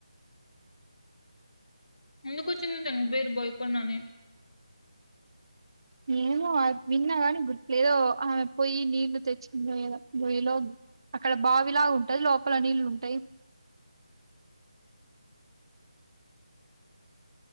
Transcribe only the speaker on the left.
ఎందుకు వచ్చింది తను పేరు భయపడిన నేను